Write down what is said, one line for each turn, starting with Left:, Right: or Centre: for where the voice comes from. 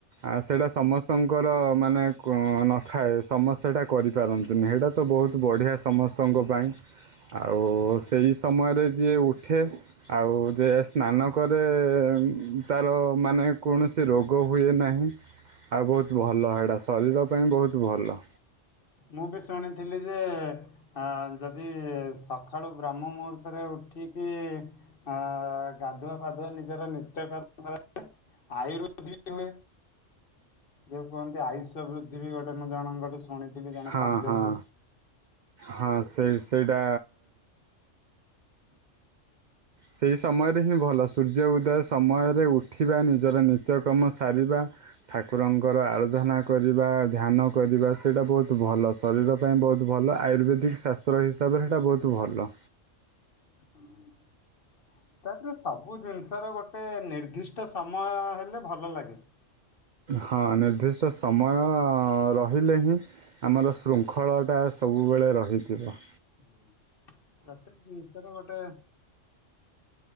Right: ଆ ସେଟା ସମସ୍ତଙ୍କର ମାନେ କ ନଥାଏ ସମସ୍ତେ ସେଟା କରିପାରନ୍ତିନି ହେଟା। ତ ବହୁତ ବଢ଼ିଆ ସମସ୍ତଙ୍କ ପାଇଁ। ଆଉ ସେଇ ସମୟରେ ଯିଏ ଉଠେ। ଆଉ ଯେ ସ୍ନାନ କରେ ତାର ମାନେ କୌଣସି ରୋଗ। ରୋଗ ହୁଏ ନାହିଁ ଆଉ ବହୁତ ଭଲ ହେଟା ଶରୀର ପାଇଁ ବହୁତ ଭଲ।
Left: ମୁଁ ବି ଶୁଣିଥିଲି ଯେ। ଆ ଯଦି ସକାଳୁ ବ୍ରହ୍ମ ମୁହୂର୍ତ୍ତରେ ଉଠିକି। ଆ ଗାଧୁଆ, ପାାଧୁଆ ନିଜର ନିତ୍ୟକରଣ ସ। ଆୟୁର୍ବେଦ ବିତି ମେ। ଯୋଉ କୁହନ୍ତି ଆୟୁଷ ବୃଦ୍ଧି ବି ଘଟେ ମୁଁ ଜଣଙ୍କ ଠୁ ଶୁଣିଥିଲି ଜଣେ
Right: ହଁ
Left: ପଣ୍ଡିତ
Right: ହଁ ହଁ ସେଇ ସେଇଟା ସେହି ସମୟରେ ହିଁ ଭଲ ସୂର୍ଯ୍ୟ ଉଦୟ ସମୟରେ ଉଠିବା ନିଜର ନିତ୍ୟକର୍ମ ସାରିବା। ଠାକୁରଙ୍କର ଆରାଧନା କରିବା ଧ୍ୟାନ କରିବା ସେଇଟା ବହୁତ ଭଲ ଶରୀର ପାଇଁ ବହୁତ ଭଲ ଆ ଆୟୁର୍ବେଦିକ ଶାସ୍ତ୍ର ହିସାବରେ ସେଇଟା ବହୁତ ଭଲ।
Left: ଅଁ। ତାପରେ ସବୁ ଜିନିଷର ଗୋଟେ ନିର୍ଦ୍ଦିଷ୍ଟ ସମୟ ହେଲେ ଭଲ ଲାଗେ।
Right: ହଁ ନିର୍ଦ୍ଦିଷ୍ଟ ସମୟ ରହିଲେ ହିଁ ଆମର ଶୃଙ୍ଖଳଟା ସବୁବେଳେ ରହିଥିବ।
Left: ହୁଁ ପ୍ରତ୍ୟେକ ଜିନିଷରେ ଗୋଟେ